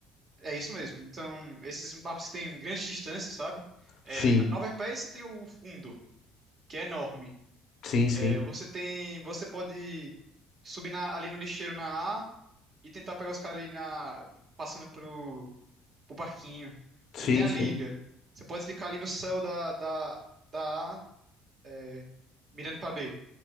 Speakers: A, on the right; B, on the left.
A: É isso mesmo. Então, esses mapas que têm grandes distâncias, sabe? É,
B: Sim,
A: na na Overpass você tem o fundo, que é enorme.
B: sim, sim,
A: É, você tem, você pode subir na- ali no lixeiro na A e tentar pegar os caras ali na, passando pro, pro barquinho.
B: sim,
A: Você tem a
B: sim.
A: liga. Você pode ficar ali no céu da, da, da A, é, mirando pra B.